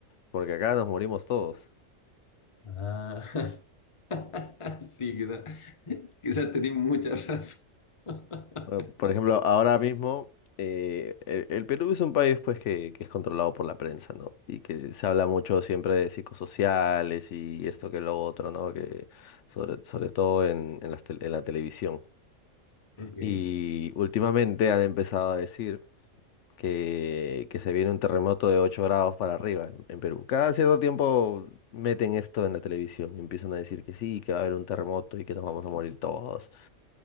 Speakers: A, on the left; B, on the left.
A: porque acá nos morimos todos.
B: Ah, <laughs> sí, quizás quizás tenés mucha razón. <laughs>
A: Bueno, Por ejemplo, ahora mismo eh, el, el Perú es un país pues que, que es controlado por la prensa, ¿no? Y que se habla mucho siempre de psicosociales y esto que lo otro, ¿no? Que sobre, sobre todo en, en las tel- en la televisión.
B: Ok.
A: Y últimamente han empezado a decir que, que se viene un terremoto de 8 grados para arriba en, en Perú. Cada cierto tiempo meten esto en la televisión y empiezan a decir que sí, que va a haber un terremoto y que nos vamos a morir todos.